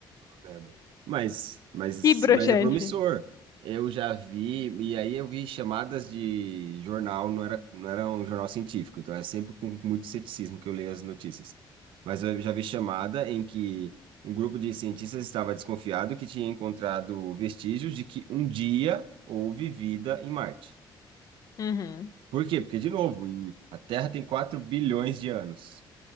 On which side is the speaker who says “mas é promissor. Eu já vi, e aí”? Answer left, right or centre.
Right